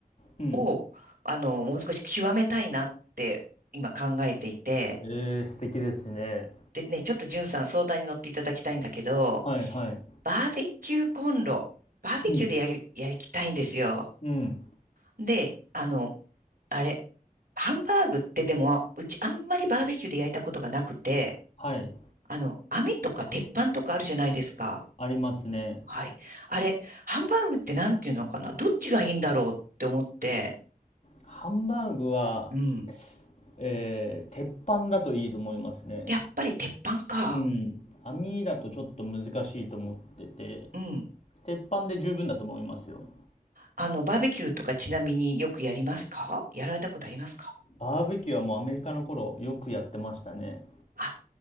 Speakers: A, on the left (about 45°); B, on the right (about 65°).
A: うん。
B: を、あの、もう少し極めたいなって今考えていて、
A: えー、素敵ですね。
B: でね、ちょっとんさん相談に乗っていただきたいんだけど、
A: はい、はい。
B: バーベキューコンロ、バーベキューでやり、
A: うん。
B: やりきたいんですよ。
A: うん。
B: で、あの、あれ、ハンバーグってでも、うちあんまりバーベキューで焼いたことがなくて、
A: はい。
B: あの、網とか鉄板とかあるじゃないですか。
A: ありますね。
B: はい。あれ、ハンバーグってなんていうのかなどっちがいいんだろうって思って、
A: ハンバーグは、
B: うん。
A: えー、鉄板だといいと思いますね。
B: やっぱり鉄板か。
A: うん。網だとちょっと難しいと思ってて、
B: うん。
A: 鉄板で十分だと思いますよ。
B: あの、バーベキューとかちなみによくやりますかやられたことありますか
A: バーベキューはもうアメリカの頃よくやってましたね。
B: あ、